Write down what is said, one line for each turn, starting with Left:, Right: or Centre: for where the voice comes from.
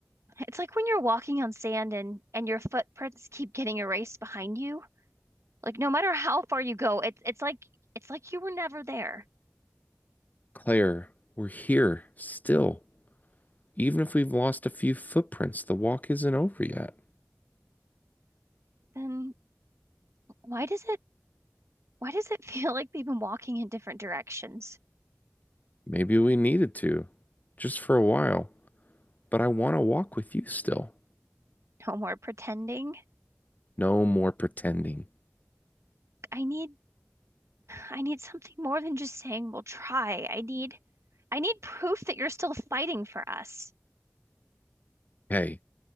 Right: it's like when you're walking on sand and and your footprints keep getting erased behind you. Like no matter how far you go, it's it's like it's like you were never there.
Left: Claire, we're here still. Even if we've lost a few footprints, the walk isn't over yet.
Right: Then why does it Why does it <laughs> feel like we have been walking in different directions?
Left: Maybe we needed to, just for a while, but I want to walk with you still.
Right: No more pretending.
Left: No more pretending.
Right: I need I need something more than just saying we'll try. I need I need proof that you're still fighting for us.
Left: Hey,